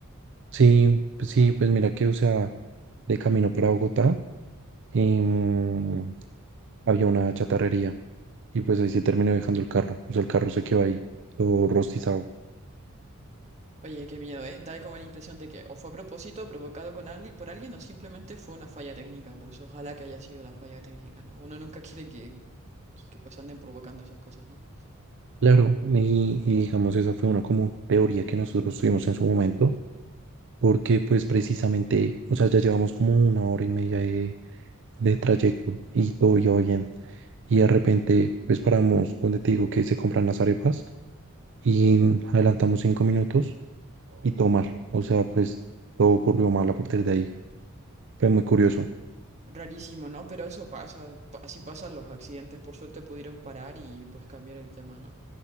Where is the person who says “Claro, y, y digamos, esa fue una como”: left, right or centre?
Right